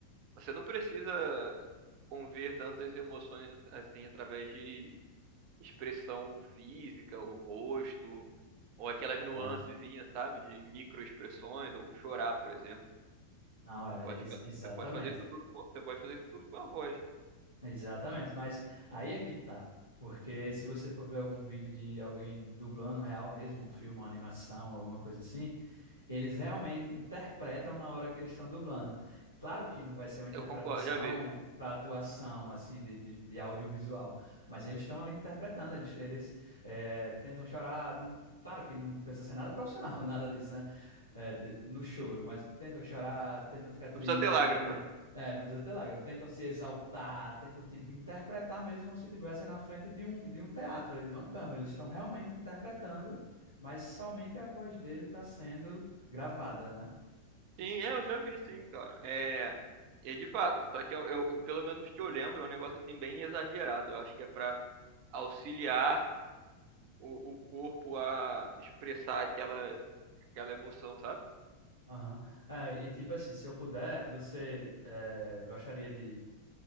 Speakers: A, on the right; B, on the right.
A: você não precisa conver tantas emoções assim através de expressão física, o rosto, ou aquelas nuancezinhas,
B: É.
A: sabe? De microexpressões, ou chorar, por exemplo.
B: Não, é,
A: Você pode,
B: ex-
A: fa-
B: exatamente.
A: você pode fazer isso tudo com, você pode fazer isso tudo com a voz.
B: Exatamente, mas aí é que tá. Porque se você for ver algum vídeo de alguém dublando real mesmo, um filme, uma animação, alguma coisa assim, eles realmente interpretam na hora que eles estão dublando. Claro que não vai ser uma interpretação
A: Eu concordo, já vê.
B: para atuação, assim, de, de, de audiovisual, mas eles estão ali interpretando, eles, eles eh, tentam chorar. não- claro que não precisa ser nada profissional, <laughs> nada disso, né? é, de- no choro, mas tentam chorar, tentam ficar triste,
A: Não precisa ter lágrima.
B: ten- é, não precisa ter lágrimas, tentam se exaltar, tentam, tipo, interpretar mesmo como se estivessem na frente de um, de um teatro, ali, de uma câmera. Eles estão realmente interpretando, mas somente a voz dele está sendo gravada, né?
A: Sim, é, eu já vi, sim, cara. É, é de fato, só que eu, eu- pelo menos os que eu lembro, é um negócio assim bem exagerado. Eu acho que é pra auxiliar o, o corpo a expressar aquela, aquela emoção, sabe?
B: Aham. É, e tipo assim, se eu puder, você é, gostaria de